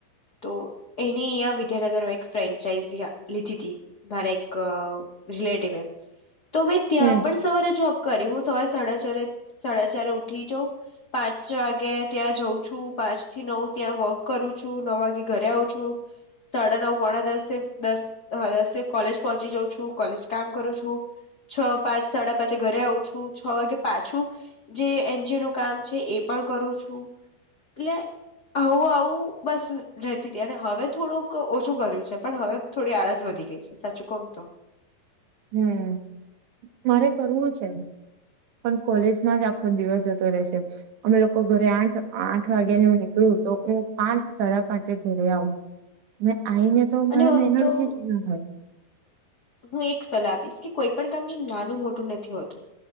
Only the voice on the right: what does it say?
હમ્મ
હમ મારે કરવું છે પણ કોલેજમાં જ આખો દિવસ જતો રહેે છે અમે લોકો ઘરે આઠ આઠ વાગ્યા ની હું નીકળું તો હું પાંચ સાડા પાંચે ઘરે આવું આવીહીને તો મારાં
માં એનર્જી
જ ના હોય